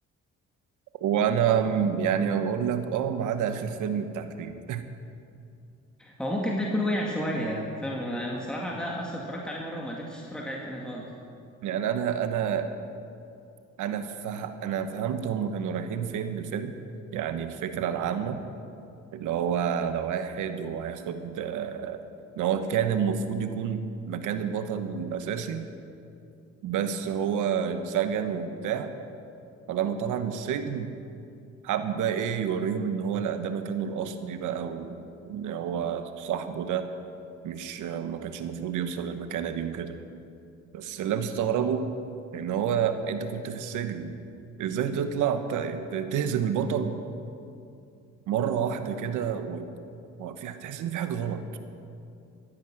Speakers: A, on the right (about 80°); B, in the centre.
A: وانا م- يعني بقول لك اه ما عدا اخر فيلم بتاع كريد
B: هو ممكن ده يكون وقع شوية يعني فاهم أنا الصراحة ده أصلا اتفرجت عليه مرة وما قدرتش أتفرج عليه تاني خالص
A: <laughs> يعني انا انا انا فه... انا فهمت هم كانوا رايحين فين بالفيلم يعني الفكرة العامة اللي هو ده واحد وهياخد آه، ان هو كان المفروض يكون مكان البطل الاساسي بس هو اتسجن وبتاع فلما طلع من السجن حب ايه يوريهم ان هو لا ده مكانه الاصلي بقى وان هو صاحبه ده مش ما كانش المفروض يوصل للمكانه دي وكده بس اللي مستغربه ان هو انت كنت في السجن ازاي تطلع ت- ت- تهزم البطل مره واحده كده و... هو في هتحس ان في حاجه غلط